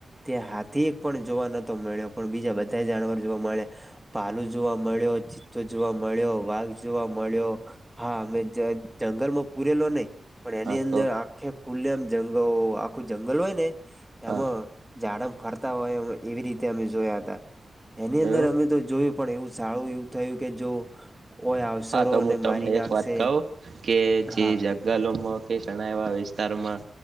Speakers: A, in the centre; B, on the right.
A: તે હાથી એક પણ જોવા નતો મળ્યો પણ બીજા બધા જણવર જોવા મળ્યા પાલું જોવા મળ્યો ચિત્ત જોવા મળ્યો વાઘ જોવા મળ્યો હા મેમે જંગલમાં પૂરેલો, ન પણ એની
B: હા
A: અંદર
B: તો
A: આખે ખુલ્લેમ જંગ આખું જંગલ હોય ને
B: હા
A: એમાં ઝાડમ ફરતા હોય એવી રીતે અમે જોયા હતા એની
B: એવું
A: અંદર અમે તો જોયુ. પણ એવું સારું એવું થયું કે જો ઓય અવસરો
B: હા તો
A: અને
B: હું તમને
A: મારી નાખશે
B: એક વાત કહું કે જે
A: હા
B: જ ગલોમાં કે ઘણા એવા વિસ્તારમાં